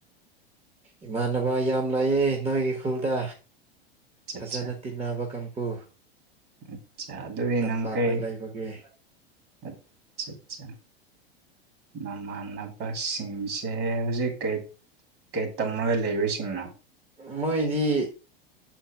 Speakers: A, on the right; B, on the right.
A: ꯏꯃꯥꯟꯅꯕ ꯌꯥꯝ ꯂꯥꯛꯑꯦ ꯅꯣꯏꯒꯤ ꯈꯨꯜꯗ ꯐꯖꯅ
B: ꯑꯆꯥ
A: ꯇꯤꯟꯅꯕ ꯀꯥꯡꯕꯨ
B: ꯑꯆꯥ ꯑꯗꯨꯗꯤꯅꯪ
A: ꯇꯝꯄꯥꯛꯇ
B: ꯀꯩ
A: ꯂꯩꯕꯒꯤ
B: ꯑ ꯑꯆꯥ ꯃꯥꯃꯅ ꯕꯁꯁꯤꯡꯁꯦ ꯍꯧꯖꯤꯛ ꯀꯔꯤ ꯀꯩ ꯇꯝꯃꯒ ꯂꯩꯕꯁꯤꯡꯅꯣ
A: ꯃꯣꯏꯗꯤ